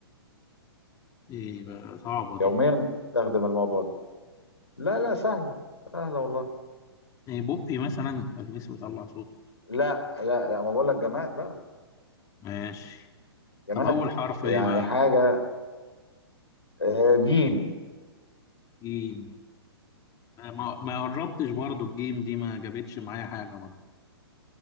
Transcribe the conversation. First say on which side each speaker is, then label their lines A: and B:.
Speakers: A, on the left; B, on the left.
A: ايه بقى صعبه دي
B: يوميا بتستخدم الموضوع ده لا لا سهله سهله والله
A: ايه بقي مثلا المسه يطلع صوت
B: لا لا لا ما بقول لك جماد بقى
A: ماشي
B: جماد
A: طب اول حرف
B: يعني
A: ايه بقى
B: حاجه آه، جيم
A: جيم آه، ما ما قربتش برضو الجيم دي ما جابتش معايا حاجه برضو